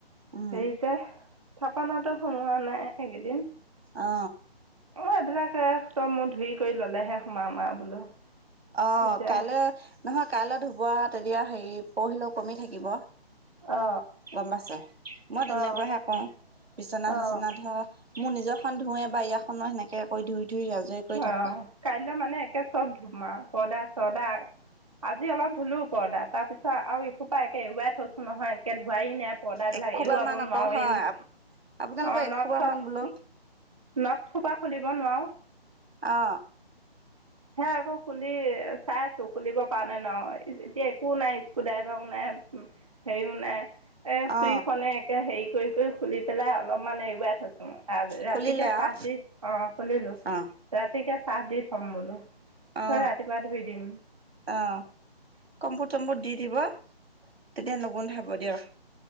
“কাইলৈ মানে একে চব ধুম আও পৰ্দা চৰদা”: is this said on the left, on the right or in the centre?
Right